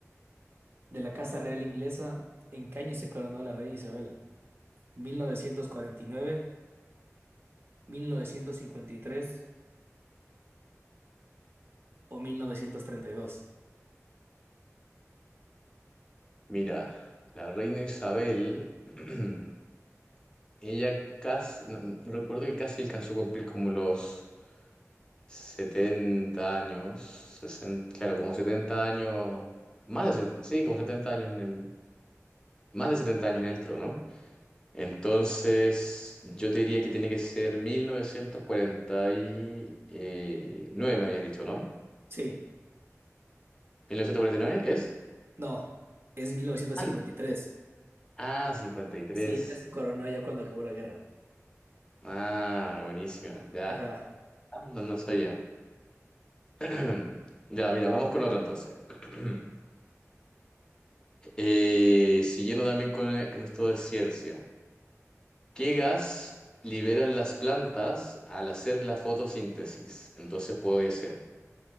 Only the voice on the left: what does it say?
Mira, la reina Isabel, <clears throat> ella casi, no, no- no recuerdo que casi alcanzó a cumplir como los 70 años, 60, claro, como 70 años, más de, 70, sí, como 70 años en el, más de setenta años en el trono. Entonces, yo te diría que tiene que ser mil novecientos cuarenta y nueve me habías dicho, ¿no?
mil novecientos cuarenta y nueve es?
Al- Ah, cincuenta y tres
Ah, buenísima. Ya,
no, no sabía. <clears throat> Ya, mira, vamos con otro entonces. <clears throat> Eh, siguiendo también con, eh, con esto de ciencia. ¿Qué gas liberan las plantas al hacer la fotosíntesis? Entonces puede ser